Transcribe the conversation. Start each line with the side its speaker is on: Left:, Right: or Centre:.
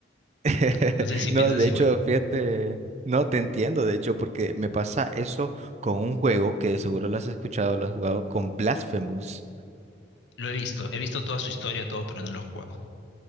Right: <laughs>
Left: No, no sé si
Right: No,
Left: piensas
Right: de
Left: igual.
Right: hecho, fíjate, no te entiendo, de hecho, porque me pasa eso con un juego que seguro lo has escuchado, lo has jugado con Blasphemous.
Left: Lo he visto, he visto toda su historia, todo, pero no lo he jugado.